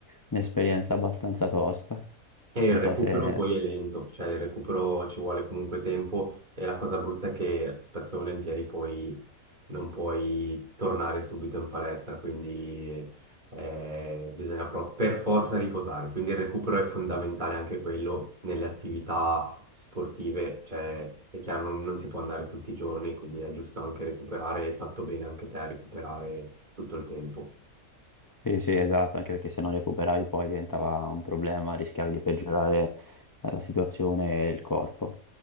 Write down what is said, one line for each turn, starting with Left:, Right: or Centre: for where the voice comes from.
Left: un'esperienza abbastanza tosta.
Right: e il
Left: Non
Right: recupero
Left: so se...
Right: poi è lento, cioè il recupero ci vuole comunque tempo e la cosa brutta è che spesso e volentieri poi non puoi tornare subito in palestra, quindi eh, bisogna proprio per forza riposare. Quindi il recupero è fondamentale anche quello nelle attività sportive, cioè è chiaro non, non si può andare tutti i giorni, quindi è giusto anche recuperare, hai fatto bene anche te a recuperare tutto il tempo.
Left: Sì, sì, esatto, anche perché se non recuperavi poi diventava un problema, rischiavi di peggiorare eh, la situazione e il corpo.